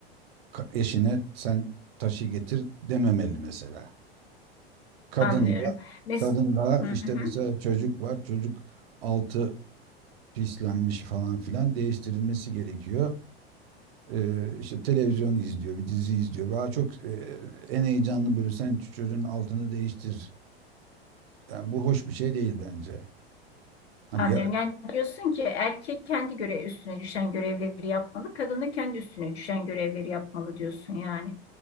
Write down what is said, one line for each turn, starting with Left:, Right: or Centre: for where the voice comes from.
Right: eşine sen taşı getir dememeli mesela. Kadın
Left: Anlıyorum.
Right: da,
Left: Mes
Right: kadın da
Left: hı
Right: işte
Left: hı,
Right: mesela çocuk var, çocuk altı pislenmiş falan filan değiştirilmesi gerekiyor. Ee, işte televizyon izliyor, bir dizi izliyor. Daha çok e, en heyecanlı böyle sen çocuğun altını değiştir. Yani bu hoş bir şey değil bence. Hani
Left: anlıyorum.
Right: ya,
Left: Yani diyorsun ki erkek kendi göre üstüne düşen görevleri yapmalı, kadın da kendi üstüne düşen görevleri yapmalı diyorsun yani.